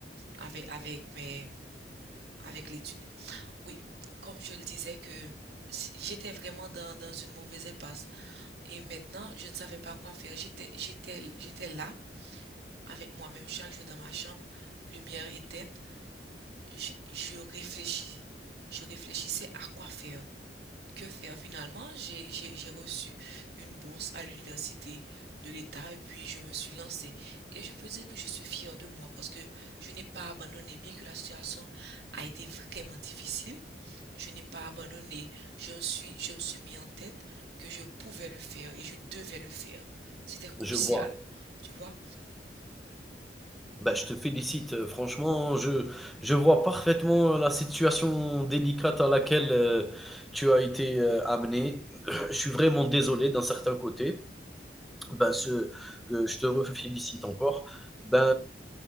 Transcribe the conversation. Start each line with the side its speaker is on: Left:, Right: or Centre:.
Right: avec, avec mes, avec l'étude. Oui, comme je le disais que si- j'étais vraiment dans, dans une mauvaise impasse. Et maintenant, je ne savais pas quoi faire. J'étais, j'étais, j'étais là avec moi-même chaque jour dans ma chambre, lumière éteinte. je, je réfléchis. Je réfléchissais à quoi faire. Que faire finalement? J'ai, j'ai, j'ai reçu une bourse à l'université de l'État et puis je me suis lancée. Et je peux dire que je suis fière de moi parce que je n'ai pas abandonné, bien que la situation a été vraiment difficile. Je n'ai pas abandonné. Je me suis, je me suis mis en tête que je pouvais le faire et je devais le faire. C'était crucial,
Centre: Je vois.
Right: tu vois.
Centre: Bah, je te félicite. euh, Franchement, je, je vois parfaitement la situation délicate à laquelle euh, tu as été euh, amené. <clears throat> Je suis vraiment désolé d'un certain côté. Ben, ce heu, je te refélicite encore. Ben,